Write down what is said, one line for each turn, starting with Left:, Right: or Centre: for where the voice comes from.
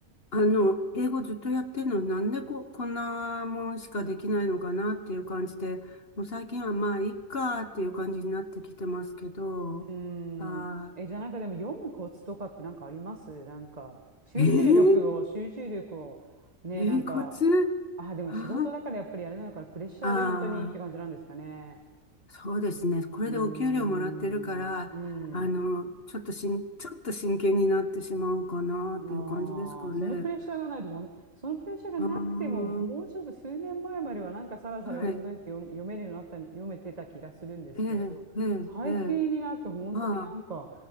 Left: あの、英語ずっとやってるのになんでこ、こんなもんしかできないのかなっていう感じで、もう最近はまあ、いっかっていう感じになってきてますけど、
Right: うーん。
Left: あ
Right: え、じゃあなんかでも読むコツとかってなんかありますなんか、集中力を、
Left: ー、えー、
Right: 集中力を、ね、
Left: えー、
Right: なんか、
Left: コツ
Right: あ、でも仕事だからやっぱりあれなのかな、
Left: あー
Right: プレッシャーで本当にって感じなんですかね。
Left: あー、そうですね。これでお給料もらってるから、
Right: うーん、うん。
Left: あの、ちょっとしん、ちょっと真剣になってしまうかなっていう感じですかね。
Right: ああ、そのプレッシャーがないとダメ。そのプレッシャーがなくても、
Left: あー
Right: もうちょっと数年前まではなんかさらさらうんうんって読、
Left: はい。
Right: 読めるようになった、読めてた気がするんですけれど、
Left: ええええええ
Right: 最近になって本当になんか、
Left: あ